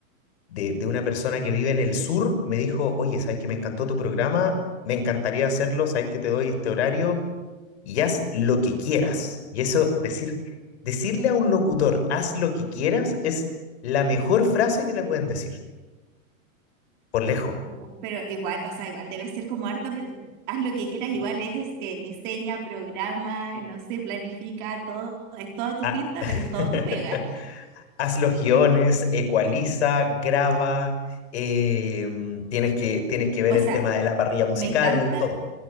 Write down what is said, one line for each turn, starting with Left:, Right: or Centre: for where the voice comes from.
Left: de, de una persona que vive en el sur me dijo, oye, ¿sabes que me encantó tu programa? Me encantaría hacerlo, ¿sabes que te doy este horario? y haz lo que quieras. Y eso, decir, decirle a un locutor, haz lo que quieras, es la mejor frase que le pueden decir, por lejos.
Right: u- Pero igual, o sea, igual debe ser como harta, pre- haz lo que quieras, igual es eh, diseña, programa, no sé, planifica, todo, es todo tu
Left: Ah.
Right: pinta,
Left: <laughs>
Right: pero es todo tu pega.
Left: haz los guiones, ecualiza, graba, eh, tienes que, tienes que ver
Right: O
Left: el
Right: sea,
Left: tema de la parrilla musical,
Right: me encanta
Left: todo.